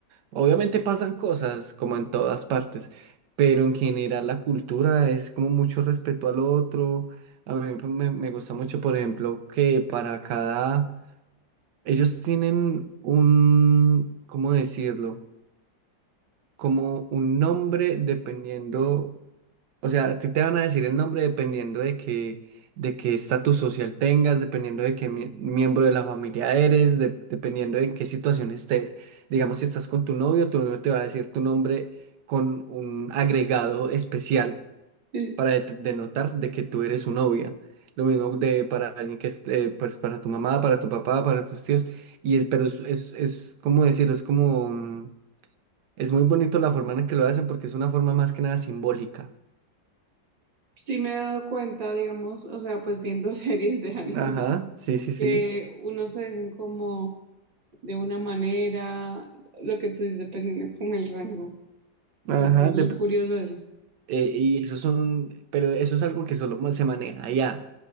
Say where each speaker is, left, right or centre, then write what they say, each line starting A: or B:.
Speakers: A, on the right; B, on the right.
A: Obviamente pasan cosas como en todas partes, pero en general la cultura es como mucho respeto al otro. A mí me, me gusta mucho, por ejemplo, que para cada... Ellos tienen un, ¿cómo decirlo? como un nombre dependiendo, o sea, a ti te van a decir el nombre dependiendo de qué, de qué estatus social tengas, dependiendo de qué mie- miembro de la familia eres, de- dependiendo de en qué situación estés. Digamos, si estás con tu novio, tu novio te va a decir tu nombre con un agregado especial
B: Sí,
A: para det- denotar de que tú eres su novia. Lo mismo de para alguien que es, eh, pues para tu mamá, para tu papá, para tus tíos. Y es, pero es, es, es como decirlo, es como... mm, es muy bonito la forma en que lo hacen porque es una forma más que nada simbólica.
B: sí me he dado cuenta, digamos, o sea, pues viendo <laughs> series de anime,
A: Ajá, sí, sí, sí.
B: que unos se dicen como de una manera, lo que tú dices, dependiendo como el rango.
A: Ajá,
B: Parece bien
A: de pr-
B: curioso eso.
A: eh, y eso son, pero eso es algo que solo ma- se maneja allá.